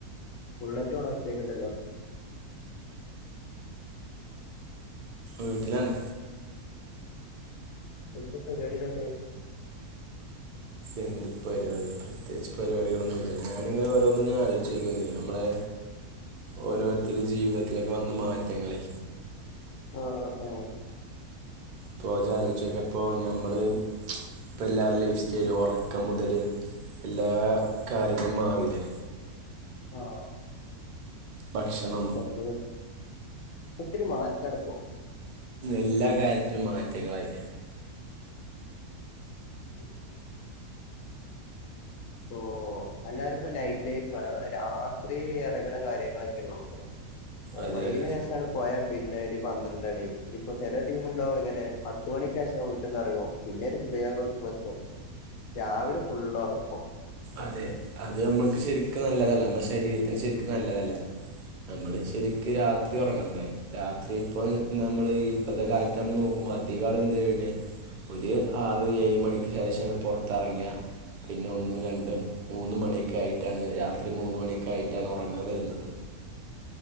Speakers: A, on the left; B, on the right.
A: ബുള്ളറ്റു അവിടെ വെച്ചക്കണ്ടല്ലോ
B: വീട്ടിലാണ്
A: എന്താ പരിപാടിങ്ട്ട്.
B: എന്ത് പരിപാടി പ്രത്യേകിച്ച് പരിപാടികളൊന്നും ഇില്ല ഞാനിങ്ങനെ ഓരോന്നും ആലോചിച്ചേക്കാ രുന്ന്നമ്മളെ.
A: <unintelligible>
B: ഓരോരുത്തരു ജീവിതത്തിലൊക്കെ വന്ന മാറ്റങ്ങളെ.
A: ആ ആഅ.
B: പചാലിച്ചൊക്കെ ഇപ്പോൾ നഞമ്മള്.. ഇപ്പം എല്ലാവരു ലൈഫ്സ്റ്റൈൽ ഉറക്കം മുതല് എല്ലാ കാര്യങ്ങളും മാറില്ലേ.
A: ആഹ
B: ഭക്ഷണം
A: എത് ഒ ഒത്തിരി മാറ്റമാണ് ഇപ്പോ.
B: എല്ലാ കാര്യത്തിലും മാറ്റങ്ങളായി.
A: ഉം ഓഹ് എല്ലാവുപ്പോ നൈറ്റ് ലൈഫ് രാത്രി ഇറങ്ങുന്ന കാര്യങ്ങളൊക്കെയ നോക്ണ്.
B: അതെ
A: മഹരിബിന്
B: അതെ
A: ശേഷാണ് പോയാൽ പിന്നെ ഒരു പന്ത്രണ്ട്ണി. ഇപ്പൊ ചെില ടീമുണ്ടാവും ഇങ്ങനെ പത്ത് മണിക്കക് ശേഷം. പെന്ന്റങ്ങോ പിന്നീര് സുഖയാൻ കൊടുക്കുമ്പ എത്തും രാവിലെ ഫുള് ഉറക്കു
B: അതെ അത് നമ്മൾക്ക് ശരിക്കും നല്ലതല്ല നമ്മുടെ ശരീരത്തിന് ശരിക്കും നല്ലതല്ല. നമ്മൾ ശരിക്ക് രാത്രി ഉറങ്ങണ്ടേ രാത്രി ഇപ്പൊ നമ്മൾ. ഇപ്പത്തെ കാലത്ത് നമ്മ നോക്കുമ്പോ അതികാളും എന്താ ചെയ്യുന്നേ ഒരു ആറ് ഏഴ് മണിക്ക് ശേഷം ഇങ്ങ് പുറത്തിറങ്ങിയ പിന്നെ ഒന്ന് രണ്ട്. ഇടം മൂന്ന് മണിയൊക്ക ആയിട്ടാണ് രാത്രി മൂന്ന് മണിയൊക്കെ ആയിട്ടാണ് ഉറങ്ങാൻ വരുന്നത്.